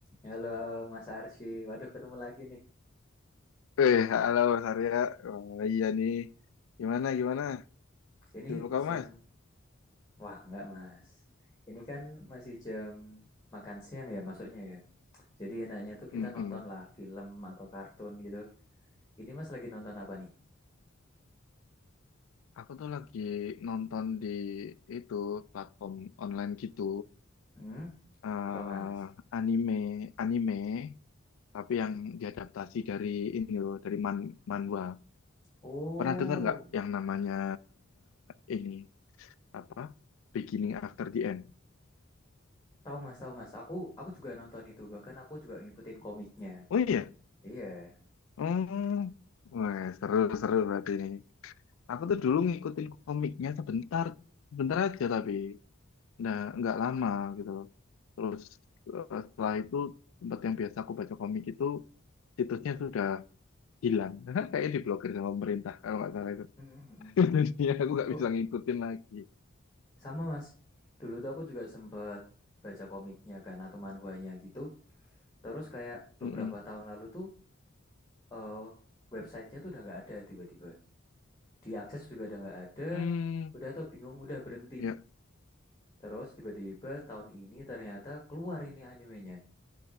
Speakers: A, on the left (about 15°); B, on the left (about 75°).
A: Halo Mas Arsy, waduh ketemu lagi nih.
B: Eh, halo Mas Arya. Wah, iya nih. Gimana, gimana?
A: Ini
B: Sibuk kamu,
A: siang,
B: Mas?
A: wah nggak Mas. Ini kan masih jam makan siang ya masuknya ya. Jadi enaknya tuh kita
B: Mm-mm.
A: nonton lah film atau kartun gitu. Ini Mas lagi nonton apa nih?
B: Aku tuh lagi nonton di itu platform online gitu.
A: Hmm?
B: eh
A: Apa Mas?
B: anime, anime, tapi yang diadaptasi dari ini loh, dari man manhwa.
A: Oh,
B: Pernah dengar nggak yang namanya ini apa? Beginning After the End.
A: tahu Mas, tahu Mas. Aku aku juga nonton itu, bahkan aku juga ngikutin komiknya.
B: Oh iya.
A: Iya.
B: Oh, wah, seru-seru berarti ini. Aku tuh dulu ngikutin komiknya sebentar, sebentar aja tapi nah nggak lama gitu loh. Terus eh, setelah itu tempat yang biasa aku baca komik itu situsnya sudah hilang. <laughs> Kayaknya diblokir sama pemerintah kalau nggak salah itu.
A: mm
B: <laughs> Jadi ya aku nggak
A: Oh,
B: bisa ngikutin lagi.
A: sama Mas. Dulu tuh aku juga sempet baca komiknya kan atau manhwanya gitu. Terus kayak beberapa
B: Mm-mm.
A: tahun lalu tuh eh websitenya tuh udah nggak ada tiba-tiba. Diakses juga udah nggak ada.
B: Hmm,
A: Udah tau bingung udah berhenti.
B: ya,
A: Terus tiba-tiba tahun ini ternyata keluar ini animenya.